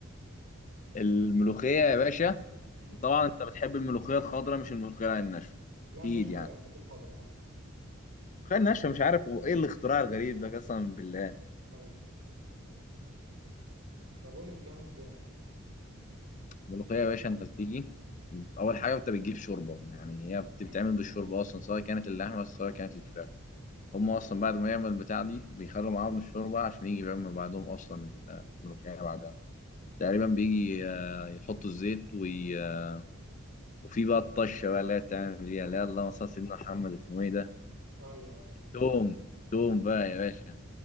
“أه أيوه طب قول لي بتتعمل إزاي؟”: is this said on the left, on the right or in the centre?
Right